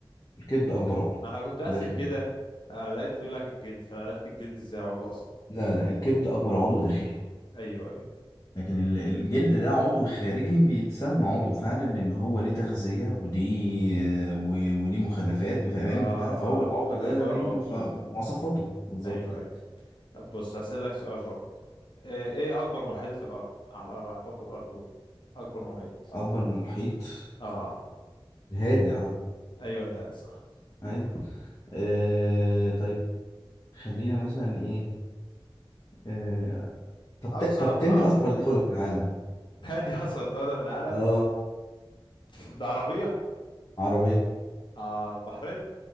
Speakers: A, on the left; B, on the left.
A: الكبد اكبر عضو
B: ما انا كنت بحسب
A: داخلي
B: كده آه، لقيت بيقول لك الجلد فقلت الجلد ازاي عضو اصلا
A: لا لا الكبد اكبر عضو داخلي
B: ايوه ايوه
A: لكن ال- الجلد ده عضو خارجي بيتسمى عضو فعلا ان هو ليه تغذية وليه و- وليه مخلفات فاهم
B: اه
A: بتاع فهو العضو
B: اه فبيعتبر
A: ده ليه
B: عضو
A: مخ- مواصفاته بالظبط
B: ايوه
A: كده
B: ايوه طب بص هسألك سؤال برضه آه، ايه اكبر محيط في الارض على الارض على كوكب الارض قول اكبر محيط
A: اكبر من المحيط
B: اه
A: الهادي اعتقد
B: ايوه الهادي صح
A: ايوه آه طيب خلينا مثلا ايه آه طب
B: او
A: تا-
B: صعب
A: طب تاني
B: صعب
A: اصغر
B: شويه
A: دولة في العالم
B: <laughs> تاني اصغر دوله في العالم
A: اه
B: <laughs> ده عربيه
A: عربية
B: اه البحرين